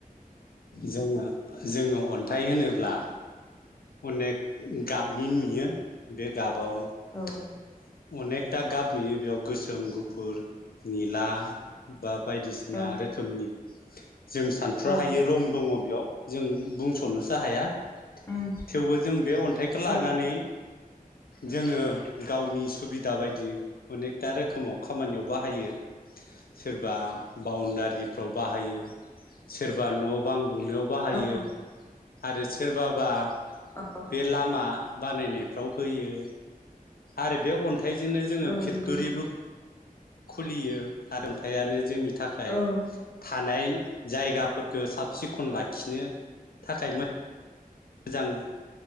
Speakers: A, on the left (about 80°); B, on the left (about 15°).
A: जोङो जोङो अन्थाइ होनोब्ला अनेक गाबनि नुयो। बे गाबाव
B: औ
A: <inaudible> अनेकथा गाब नुयो बेयाव गोसोम गुफुर निला बा बायदिसिना
B: औ
A: रोखोमनि, जों सानथ्र
B: औ
A: हायै रं दङ बेयाव जों बुंस'नोसो हाया।
B: उम
A: थेवबो जों बे अन्थाइखो लानानै
B: औ
A: जोङो गावनि सुबिदा बायदि अनेकथा रोखोमाव खामानियाव बाहायो। सोरबा बाउणडारिफ्राव बाहायो, सोरबा न' बां लुनायाव बाहायो,
B: औ
A: आरो सोरबाबा
B: औ
A: बेे लामा बानायनायफ्राव होयो। आरो बे अन थाइजोंनो जोङो
B: औ
A: फेक्ट'रिबो
B: नंगौ
A: खुलियो आरो अन्थायानो जोंनि थाखाय
B: औ
A: थानाय जायगाफोरखो साब सिखन लाखिनो थाखाय मो जां